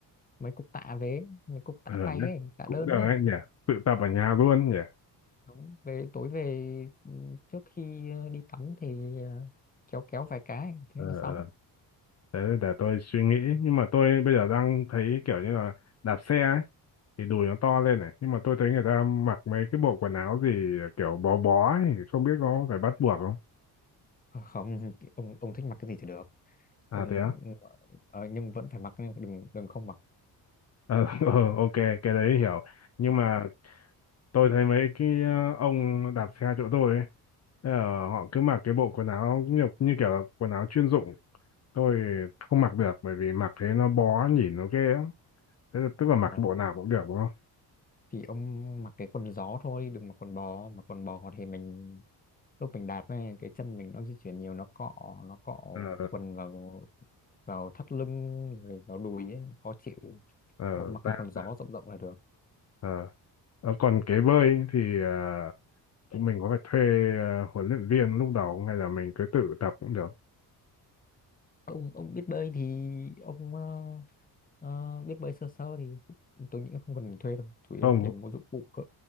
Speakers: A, on the left; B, on the left.
A: mấy cục tạ về mấy cục tạ
B: ờ
A: tay
B: nhá
A: ấy tạ
B: cũng
A: đơn
B: được ấy
A: ấy
B: nhỉ tự tập ở nhà luôn nhỉ
A: đúng về tối về ừ, trước khi ờ, đi tắm thì ờ, kéo kéo vài cái thế
B: ờ
A: là xong
B: ờ. thế để tôi suy nghĩ nhưng mà tôi bây giờ đang thấy kiểu như là đạp xe ấy thì đùi nó to lên này nhưng mà tôi thấy người ta mặc mấy cái bộ quần áo gì kiểu bó bó ấy không biết có phải bắt buộc không
A: À, không ông ông thích mặc cái gì thì được
B: à
A: ông
B: thế á
A: ờ, nhưng vẫn phải mặc nhá, đừng đừng không mặc
B: Ờ, <laughs> ờ, ok cái đấy hiểu nhưng
A: mặc
B: mà tôi thấy mấy cái ờ, ông đạp xe chỗ tôi ấy ờ, họ cứ mặc cái bộ quần áo như, như kiểu là quần áo chuyên dụng tôi không mặc được bởi vì mặc thế nó bó nhìn nó ghê lắm thế là, tức là mặc
A: Ờ,
B: bộ nào cũng được đúng không
A: thì ông mặc cái quần gió thôi đừng mặc quần bò mặc quần bò thì mình lúc mình đạp ấy, cái chân mình nó di chuyển nhiều nó cọ nó cọ
B: ờ
A: quần vào vào thắt lưng rồi vào đùi ấy khó chịu
B: ờ
A: ông mặc cái
B: ra
A: quần gió
B: ra.
A: rộng rộng là được
B: ờ Ờ, còn cái bơi thì ờ, mình có phải thuê ờ, huấn luyện viên lúc đầu không? hay là mình cứ tự tập cũng được
A: ông ông biết bơi thì ông ờ, ờ, biết bơi sơ sơ thì tôi nghĩ không cần thuê đâu chủ yếu
B: không
A: là tiền mua dụng cụ cơ